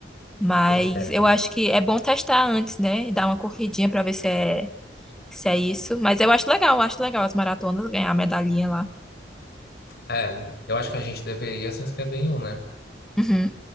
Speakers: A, in the centre; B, on the left.
A: Mas
B: Pois É.
A: eu acho que é bom testar antes, né? E dar uma corridinha pra ver se é, se é isso. Mas eu acho legal, acho legal as maratonas ganhar a medalhinha lá.
B: É, eu acho que a gente deveria se inscrever em um, né?
A: Uhum.